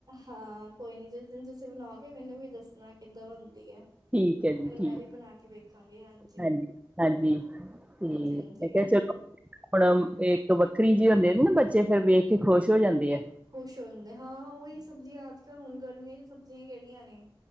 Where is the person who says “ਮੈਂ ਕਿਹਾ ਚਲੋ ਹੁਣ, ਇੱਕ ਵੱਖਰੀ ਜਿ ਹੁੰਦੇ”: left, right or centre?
Right